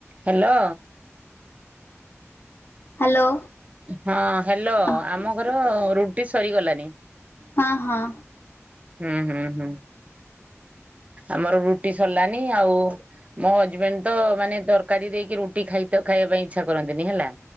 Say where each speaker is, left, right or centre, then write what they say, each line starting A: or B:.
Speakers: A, on the right; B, on the left.
A: Hello.
B: Hello
A: ହଁ hello
B: ହଁ
A: ଆମ ଘର ରୁଟି ସରିଗଲାଣି।
B: ହଁ ହଁ।
A: ହୁଁ ହୁଁ ହୁଁ ଆମର ରୁଟି ସରିଲାନି ଆଉ ମୋ ହଜବେଣ୍ଡ ତ ମାନେ ତରକାରୀ ଦେଇକି ରୁଟି ଖାଇ ଖାଇବା ପାଇଁ ଇଚ୍ଛା କରନ୍ତିନି ହେଲା।